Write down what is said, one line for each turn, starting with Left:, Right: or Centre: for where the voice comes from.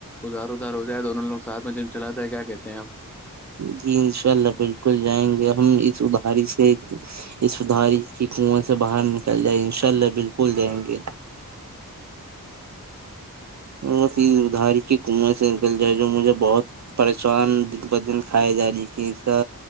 Centre: ادھار ادار ہو جائے دونوں لوگ ساتھ میں جم چلاتے ہے کیا کہتے ہیں آپ
Right: جی انشاء اللہ بالکل جائیں گے ہم سداری سے یہ سدھاری کی کنواں سے باہر نکل جائے گ ان شاء اللہ بالکل جائیں گے ادھاری کی کنویں سے نکل جائے جو مجھے بہت پریشان دن بہدن کھائے جا رہی کہ اس کا